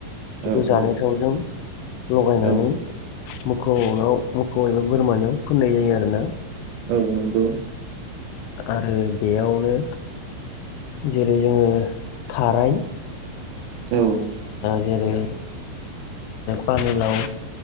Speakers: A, on the right; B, on the left.
A: औ
B: बेखौ जानाय थावजों लगायनानै
A: औ
B: मोसौ मोसौ एबा बोरमानियाव फोननाय जायो आरोना।
A: औ नंगौ
B: आरो बेयावनो जेरै जोङो खाराय
A: औ।
B: जेरै- पानिलाव